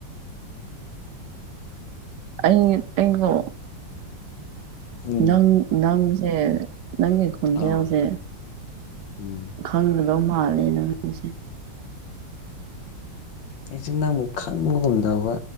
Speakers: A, on the right; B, on the left.
A: ꯑꯩ ꯑꯩꯕꯨꯣ
B: ꯎꯝ
A: ꯅꯪ ꯅꯪꯁꯦ ꯅꯪꯒꯤ ꯈꯣꯟꯖꯦꯜꯁꯦ
B: ꯑꯧ ꯎꯝ
A: ꯈꯪꯒꯗꯧ ꯃꯥꯜꯂꯦꯅ ꯅꯪꯁꯦ
B: ꯑꯩꯁꯤ ꯅ ꯑꯃꯨꯛ ꯈꯪꯕ ꯉꯝꯗꯧꯕ